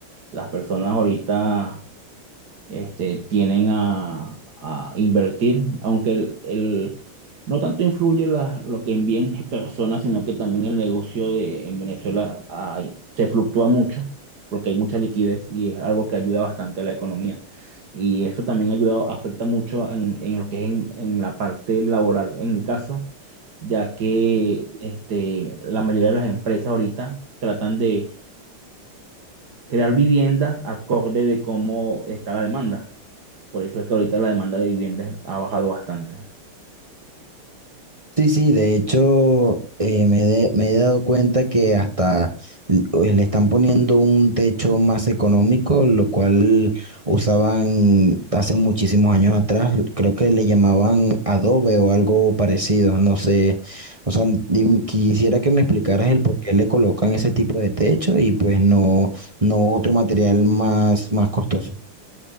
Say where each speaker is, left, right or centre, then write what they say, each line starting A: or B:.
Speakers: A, on the right; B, on the right.
A: Las personas ahorita este, tienen a, a invertir, aunque el, el- no tanto influye la- lo que envíen personas, sino que también el negocio de, en Venezuela hay- se fluctúa mucho, porque hay mucha liquidez y es algo que ayuda bastante a la economía. Y eso también ayuda, afecta mucho en, en lo que es en, en la parte laboral, en mi caso, ya que este, la mayoría de las empresas ahorita tratan de, crear viviendas acorde de cómo está la demanda. Por eso es que ahorita la demanda de viviendas ha bajado bastante.
B: Sí, sí, de hecho eh, me, de- me he dado cuenta que hasta l- eh, le están poniendo un techo más económico, lo cual usaban hace muchísimos años atrás, creo que le llamaban adobe o algo parecido, no sé, o sea, dim- quisiera que me explicaras el por qué le colocan ese tipo de techo y pues no, no otro material más, más costoso.